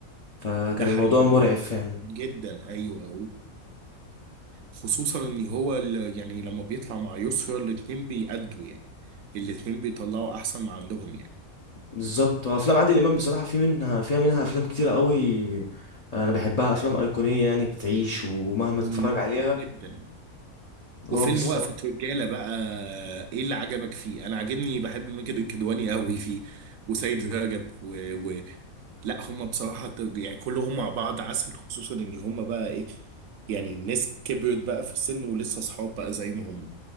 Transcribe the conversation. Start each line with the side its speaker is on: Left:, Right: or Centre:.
Left: فكان
Right: ده حقيقي
Left: الموضوع مرعب فعلا
Right: جدا ايوه وخصوصا ان هو ال- يعني لما بيطلع مع يسرا الاتنين بيأدوا يعني الاتنين بيطلعوا احسن ما عندهم يعني
Left: بالظبط وافلام عادل امام بصراحه في منها فيها منها افلام كتيره قوي انا بحبها افلام ايقونيه يعني بتعيش ومهما
Right: مم،
Left: تتفرج عليها
Right: جدا
Left: هو
Right: وفيلم
Left: بالظبط
Right: وقفة رجالة بقى ايه اللي عجبك فيه؟ انا عاجبني بحب ماجد الكدواني قوي فيه وسيد رجب و... و... لا هم بصراحة ت- يعني كلهم مع بعض عسل خصوصا ان هم بقى ايه يعني الناس كبرت بقى في السن ولسه صحاب بقى زي ما هم